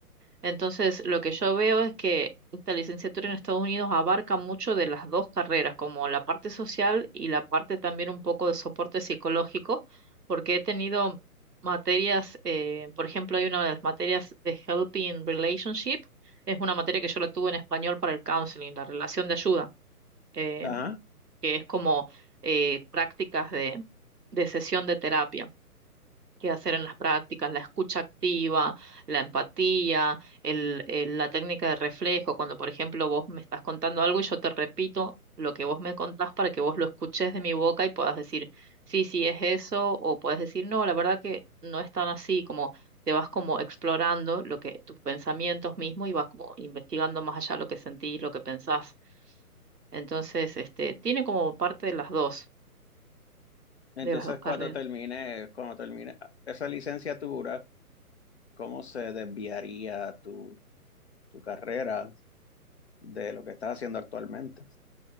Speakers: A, on the right (about 85°); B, on the left (about 45°).
A: Entonces, lo que yo veo es que esta licenciatura en Estados Unidos abarca mucho de las dos carreras, como la parte social y la parte también un poco de soporte psicológico, porque he tenido materias, eh, por ejemplo, hay una de las materias de Helping Relationship, es una materia que yo la tuve en español para el counseling, la relación de ayuda, eh,
B: Ajá.
A: que es como eh, prácticas de de sesión de terapia que hacer en las prácticas, la escucha activa, la empatía, el- el- la técnica de reflejo, cuando por ejemplo vos me estás contando algo y yo te repito lo que vos me contás para que vos lo escuches de mi boca y puedas decir, sí, sí, es eso, o puedes decir, no, la verdad que no es tan así, como te vas como explorando lo que tus pensamientos mismos y vas como investigando más allá lo que sentís, lo que pensás. Entonces, este, tiene como parte de las dos,
B: Entonces,
A: de las dos carreras.
B: cuando termine, cuando termine esa licenciatura, ¿cómo se desviaría tu, tu carrera de lo que estás haciendo actualmente?